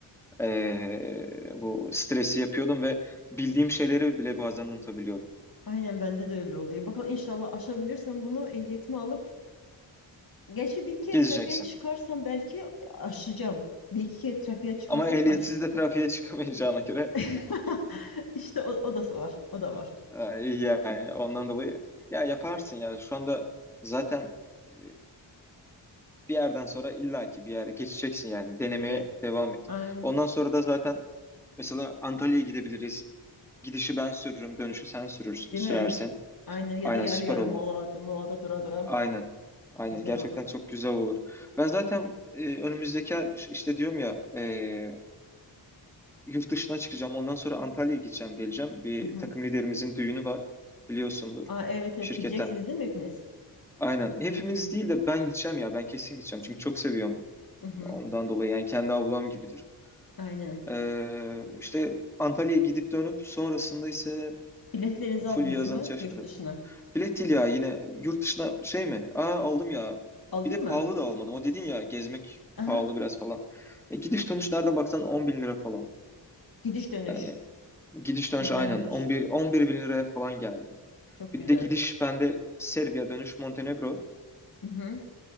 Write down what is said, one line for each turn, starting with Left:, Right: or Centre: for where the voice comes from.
Centre: ee, bu stresi yapıyordum ve bildiğim şeyleri bile bazen unutabiliyordum.
Left: Aynen bende de öyle oluyor. Bakalım inşallah aşabilirsem bunu ehliyetimi alıp Gerçi bir iki kere
Centre: Gezeceksin.
Left: trafiğe çıkarsam belki aşacağım. Bir iki kere trafiğe çıkarsam
Centre: Ama ehliyetsiz
Left: aş.
Centre: de trafiğe çıkamayacağına göre
Left: <laughs> İşte o, o da var. O da var.
Centre: e, iyi yani ondan dolayı ya yaparsın ya şu anda zaten e, bir yerden sonra illaki bir yere geçeceksin yani denemeye
Left: Ya,
Centre: devam et.
Left: ay,
Centre: Ondan sonra da zaten mesela Antalya'ya gidebiliriz. Gidişi ben sürürüm, dönüşü sen sürür,
Left: değil
Centre: sürersin.
Left: mi? Ay, Aynen ya
Centre: Aynen
Left: da yarı
Centre: süper
Left: yarı
Centre: olur.
Left: molada, molada dura dura.
Centre: Aynen. Aynen
Left: Güzel
Centre: gerçekten
Left: olur.
Centre: çok güzel olur. Ben zaten e, önümüzdeki ay, işte diyorum ya e, yurt dışına çıkacağım. Ondan sonra Antalya'ya gideceğim, geleceğim. Bir
Left: Mhm.
Centre: takım liderimizin düğünü var. Biliyorsundur
Left: Aa, evet evet
Centre: şirketten.
Left: gideceksiniz değil mi hepiniz?
Centre: Aynen. Hepimiz değil de ben gideceğim ya. Ben kesin gideceğim. Çünkü çok seviyorum.
Left: Mhm,
Centre: Ondan dolayı yani kendi ablam gibidir.
Left: Aynen.
Centre: Ee, işte Antalya'ya gidip dönüp sonrasında ise
Left: Biletlerinizi
Centre: full
Left: aldınız
Centre: yazan
Left: mı
Centre: Çeşme'de.
Left: yurt dışına?
Centre: Bilet değil ya yine yurt dışına şey mi? Aa aldım ya.
Left: Aldın
Centre: Bir de pahalı
Left: mı?
Centre: da almadım. O dedin ya gezmek
Left: Aha.
Centre: pahalı biraz falan. E, gidiş dönüş nereden baksan 10 bin lira falan.
Left: Gidiş dönüş.
Centre: Yani gidiş dönüş
Left: Güzelmiş.
Centre: aynen 11, 11 bin liraya falan geldi.
Left: Çok
Centre: Bir
Left: güzel.
Centre: de gidiş bende Serbiya dönüş Montenegro.
Left: Mhm.